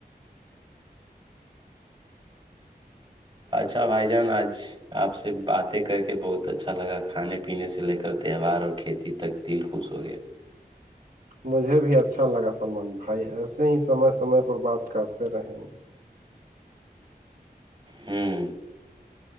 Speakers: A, on the right; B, on the right.
A: <unintelligible>
B: اچھا بھائی جان آج آپ سے باتیں کر کے بہت اچھا لگا کھانے پینے سے لے کر تہوار اور کھیتی تک دل خوش ہو گیا
A: مجھے بھی اچھا لگا سلمان بھائی ایسے ہی سمے سمے پر بات کرتے رہیں گے
B: ہوں